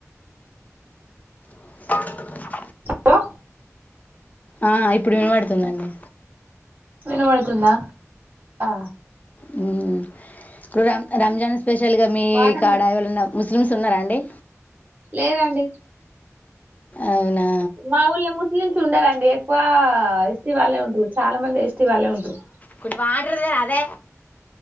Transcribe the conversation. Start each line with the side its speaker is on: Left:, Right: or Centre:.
Left: <inaudible>
Right: హలో
Left: ఆ ఇప్పుడు వినపడుతుందండి
Right: వినబడుతుందా ఆ
Left: మ్మ్ ఇప్పుడు రం రంజాన్ స్పెషల్ గా మీ
Right: వాటర్
Left: కాడా ఎవలన్నా ముస్లిమ్స్ ఉన్నారా అండి
Right: లేరండి
Left: అవునా
Right: మా ఊళ్ళో ముస్లిమ్స్ ఉండరండి ఎక్కువ ఎస్టీ వాళ్ళే ఉంటురు చాలా మంది ఎస్టీ వాళ్ళే ఉంటురు
Left: కొన్ని వాటర్ తెరాదే